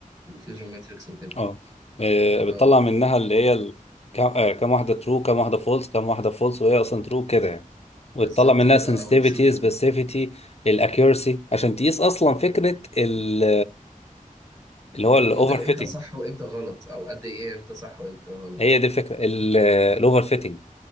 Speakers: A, on the right (about 25°); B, on the left (about 50°).
A: الفيوجن ماتريكس وكده
B: اه آه، بتطلع
A: آه.
B: منها اللي هي ال... كام آه، كام واحده ترو كام واحده فولس كام واحده فولس وهي اصلا ترو كده يعني وتطلع
A: بالظبط
B: منها
A: كده
B: sensitivity
A: اه وتشوف ال-
B: specificity الاكيورسي عشان تقيس اصلا فكره ال... اللي هو
A: الموديل
B: الاوفر
A: امتى
B: فيتنج
A: صح وامتى غلط او قد ايه امتى صح وامتى غلط
B: هي دي الفكره الاوفر فيتنج